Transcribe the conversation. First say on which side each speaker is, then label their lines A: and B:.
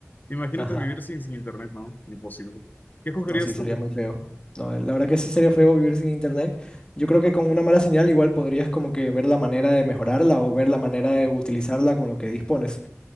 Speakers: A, on the left; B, on the left.
A: Imagínate
B: Ajá.
A: vivir sin, sin internet, no. Imposible. ¿Qué escogerías
B: No, sí, sería
A: tú?
B: muy feo. No, eh, la verdad que sí sería feo vivir sin internet. Yo creo que con una mala señal igual podrías como que ver la manera de mejorarla o ver la manera de utilizarla con lo que dispones,